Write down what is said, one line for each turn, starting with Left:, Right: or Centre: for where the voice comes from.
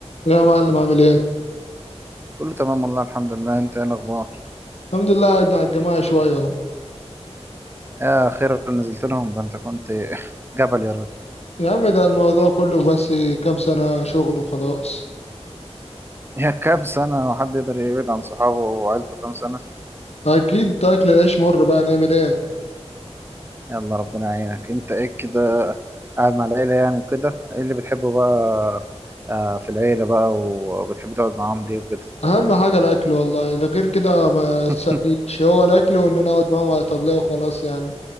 Left: يا معلم عامل ايه؟
Right: كله تمام والله الحمد لله انت ايه الاخبار
Left: الحمد لله قاعد مع الجماعة شوية اهو
Right: يا خير نزلت لهم ده انت كنت <laughs> جبل يا راجل
Left: يا عم ده الموضوع كله بس كام سنة شغل وخلاص
Right: <laughs> يا كام سنة وحد يقدر يبعد عن صحابه وعيلته كام سنة
Left: أكيد أكل العيش مر بقى نعمل ايه؟
Right: يلا ربنا يعينك انت ايه كده قاعد مع العيلة يعني كده ايه اللي بتحبه بقى آه، في العيلة بقى وبتحب تقعد معاهم ليه وكده
Left: أهم حاجة الأكل والله اللي غير كده ما تسألنيش
Right: <laughs>
Left: هو الأكل وإن أنا أقعد معاهم على طبلية وخلاص يعني